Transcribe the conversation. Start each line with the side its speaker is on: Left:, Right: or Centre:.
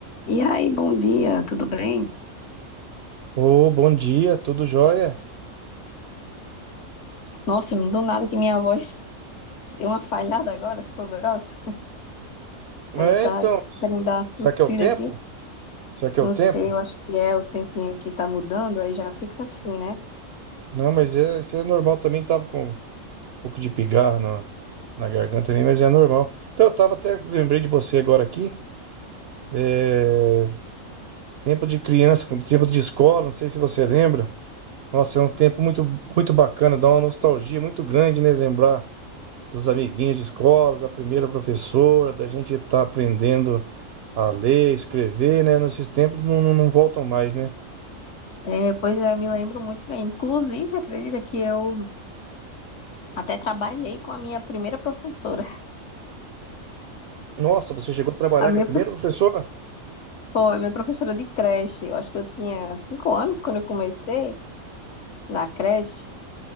Left: E aí, bom dia, tudo bem?
Right: Ô, bom dia, tudo jóia?
Left: Nossa, do nada que minha voz deu uma falhada agora, ficou grossa.
Right: É,
Left: Aí tá
Right: então,
Left: querendo dar uma
Right: será
Left: tossida
Right: que é o tempo?
Left: aqui.
Right: Será que
Left: Não
Right: é o tempo?
Left: sei, eu acho que é o tempinho que tá mudando, aí já fica assim, né?
Right: Não, mas é, isso é normal também, tava com um pouco de pigarro na, na garganta também, mas é normal. Então, eu tava até, lembrei de você agora aqui, é, tempo de criança, com tempo de escola, não sei se você lembra. Nossa, é um tempo muito, muito bacana, dá uma nostalgia muito grande, né, lembrar dos amiguinhos de escola, da primeira professora, da gente estar aprendendo a ler, escrever, né? Nesses tempos não, não, não voltam mais, né?
Left: É, pois é, eu me lembro muito bem. Inclusive, acredita que eu até trabalhei com a minha primeira professora.
Right: Nossa, você chegou a trabalhar
Left: A minha,
Right: com a primeira
Left: pro-
Right: professora?
Left: pô, a minha professora de creche. Eu acho que eu tinha cinco anos quando eu comecei na creche.